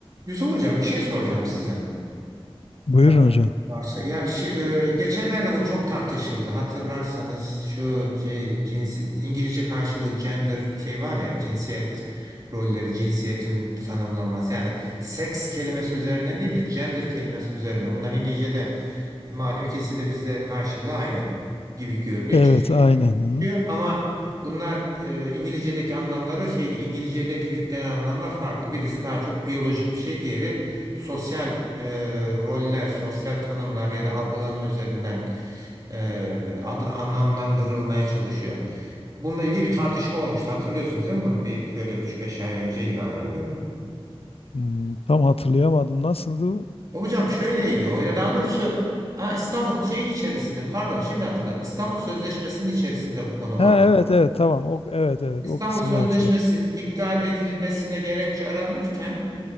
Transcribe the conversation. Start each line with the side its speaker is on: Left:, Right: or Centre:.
Right: Yusuf Hocam bir şey soracağım size.
Left: Buyurun
Right: Yani
Left: hocam.
Right: varsa. Ya şi- e, geçenlerde bu çok tartışıldı. Hatırlarsanız şu c- cinsi İngilizce karşılığı gender şey var ya cinsiyet rolleri, cinsiyetin tanımlanması. Yani seks kelimesi üzerinden değil de gender kelimesi üzerine. Bunlar İngilizce'de e, malum ikisi de bizde karşılığı aynı gibi görünüyor.
Left: Evet,
Right: Cinsiyet
Left: aynen.
Right: diye geçiyor
Left: Hı.
Right: ama bunlar e, İngilizce'deki anlamları şeydi. İngilizce'deki yüklenen anlamlar farklı. Birisi daha çok biyolojik bir şey, diğeri sosyal e, roller, sosyal tanımlar ya da algılanma üzerinden e, adl- anlamlandırılmaya çalışıyor. Bununla ilgili bir tartışma olmuştu. Hatırlıyorsunuz değil mi bunu? Bir şöyle üç beş ay önceydi galiba değil mi?
Left: Hmm, tam hatırlayamadım. Nasıldı?
Right: Hocam şöyleydi o ya daha doğrusu ha, İstanbul şeyin içerisinde pardon şimdi hatırladım. İstanbul Sözleşmesi'nin içerisinde bu konu vardı.
Left: Ha evet evet tamam. O evet evet
Right: İstanbul
Left: o kısmını
Right: Sözleşmesi
Left: hatırladım.
Right: iptal edilmesine gerekçe aranırken